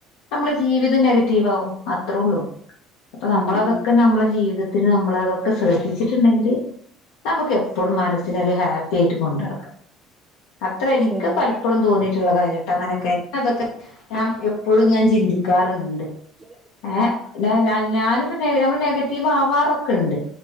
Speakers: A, on the left; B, on the right.
A: നമ്മളെ ജീവിതം നെഗറ്റീവ് ആകും അത്രേ ഒള്ളൂ അപ്പൊ നമ്മളതൊക്കെ
B: ഉം ഉം
A: നമ്മളെ ജീവിത നമ്മള് അതൊക്കെ ശ്രദ്ധിച്ചിട്ടുണ്ടെങ്കിൽ നമുക്ക് എപ്പോഴും മനസ്സിന് ഒരു ഹാപ്പി കേറ്റും കൊണ്ട് നടക്കാം അത്ര എനിക്ക്
B: ശരിയാ
A: പലപ്പോഴും തോന്നിയിട്ടുള്ള കാര്യട്ടെ അങ്ങനെയൊക്കെ അതൊക്കെ ഞാം എപ്പോഴും ഞാൻ ചിന്തിക്കാറുണ്ട്
B: ഉ
A: ഏഹ് ഞാനും ഇപ്പം നമ്മള് നെഗറ്റീവ് ആവാറൊക്കെ ഇണ്ട്